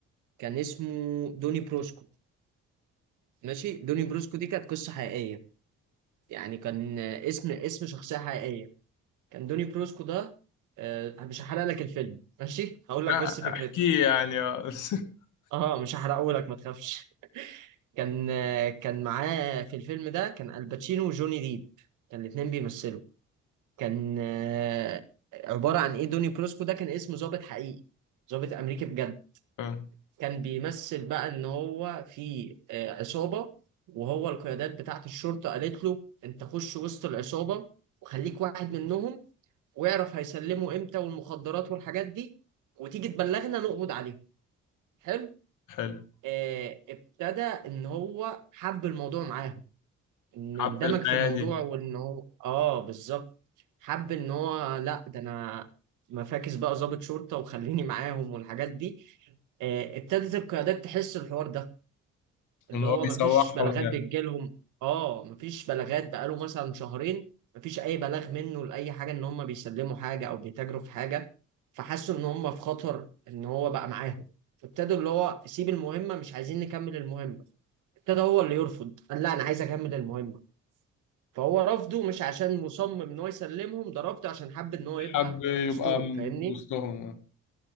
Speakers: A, on the right (about 85°); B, on the left (about 85°).
A: كان اسمه دوني بروسكو ماشي دوني بروسكو دي كانت قصه حقيقيه يعني كان اسم اسم شخصيه حقيقيه كان دوني بروسكو ده آه، مش هحرق لك الفيلم ماشي هقول لك
B: لا
A: بس فكرته
B: احكيه يعني اه <laughs>
A: اه مش هحرقه لك ما تخافش <laughs> كان كان معاه في الفيلم ده كان الباتشينو وجوني ديب كان الاتنين بيمثلوا كان آه، عبارة عن ايه دوني بروسكو ده كان اسمه ضابط حقيقي ضابط امريكي بجد
B: آه،
A: كان بيمثل بقى ان هو في آه، عصابة وهو القيادات بتاعت الشرطة قالت له انت خش وسط العصابة وخليك واحد منهم واعرف هيسلموا امتى والمخدرات والحاجات دي وتيجي تبلغنا نقبض عليهم حلو
B: حلو
A: آه، ابتدى ان هو حب الموضوع معاهم ان
B: حب
A: اندمج
B: الحياة
A: في الموضوع
B: دي
A: وان هو اه بالظبط حب ان هو لا ده انا مفاكس بقى ضابط شرطه وخليني معاهم والحاجات دي آه ابتدت القيادات تحس الحوار ده اللي
B: ان هو
A: هو
B: بيسوحهم
A: مفيش بلاغات
B: يعني
A: بتجيلهم اه مفيش بلاغات بقاله مثلا شهرين مفيش اي بلاغ منه لاي حاجه ان هم بيسلموا حاجه او بيتاجروا في حاجه فحسوا ان هم في خطر ان هو بقى معاهم فابتدوا اللي هو سيب المهمه مش عايزين نكمل المهمه ابتدى هو اللي يرفض قال لا انا عايز اكمل المهمه فهو رفضه مش عشان مصمم ان هو يسلمهم ده رفضه عشان حب ان هو
B: حب
A: يبقى وسطهم
B: يبقى من
A: فاهمني
B: وسطهم آه.